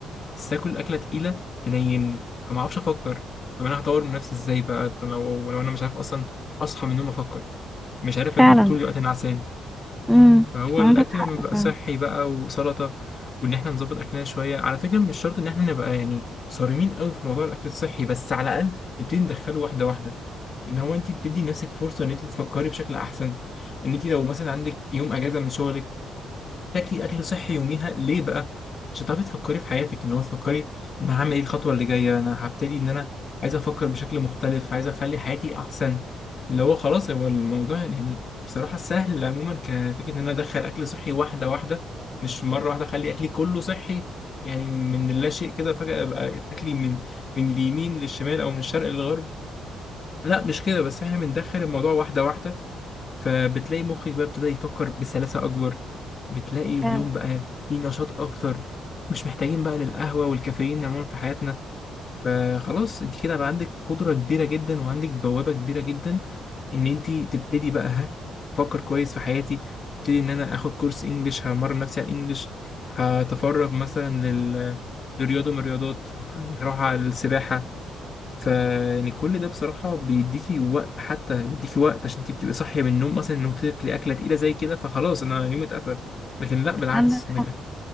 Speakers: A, on the left; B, in the centre.
A: بس آكل أكلة تقيلة تنيمني فما أعرفش أفكر طب أنا هطور من نفسي إزاي بقى طب لو لو أنا مش عارف أصلا أصحى من النوم أفكر مش عارف
B: فعلا
A: إن طول الوقت أنا عسان
B: امم
A: فهو
B: عندك
A: الاكل
B: حق
A: لما بيبقى
B: فعلا
A: صحي بقى وسلطه وان احنا نظبط اكلنا شويه على فكره مش شرط ان احنا نبقى يعني صارمين قوي في موضوع الاكل الصحي بس على الاقل نبتدي ندخله واحده واحده ان هو انت بتدي نفسك فرصه ان انت تفكري بشكل احسن ان انت لو مثلا عندك يوم اجازه من شغلك تاكلي اكل صحي يوميها ليه بقى مش هتعرفي تفكري في حياتك ان هو تفكري انا هعمل ايه الخطوه اللي جايه انا هبتدي ان انا عايز افكر بشكل مختلف عايز اخلي حياتي احسن اللي هو خلاص هو الموضوع يعني بصراحه سهل عموما كفكره ان انا ادخل اكل صحي واحده واحده مش مره واحده اخلي اكلي كله صحي يعني من لا شيء كده فجاه ابقى اكلي من من اليمين للشمال او من الشرق للغرب لا مش كده بس احنا بندخل الموضوع واحده واحده فبتلاقي مخك بقى ابتدى يفكر بسلاسة أكبر بتلاقي اليوم
B: فعلا
A: بقى فيه نشاط أكتر مش محتاجين بقى للقهوة والكافيين عموما في حياتنا فخلاص انت كده بقى عندك قدرة كبيرة جدا وعندك بوابة كبيرة جدا ان انت تبتدي بقى ها افكر كويس في حياتي ابتدي ان انا اخد كورس انجليش همرن نفسي على الانجليش هتفرغ مثلا لل... لرياضة من الرياضات يعني هروح على السباحة فيعني كل ده بصراحة بيديكي وقت حتى بيديكي وقت عشان انت بتبقي صاحية من النوم مثلا انه تاكلي أكلة تقيلة زي كده فخلاص انا يومي اتقفل لكن لا بالعكس
B: عندك
A: انك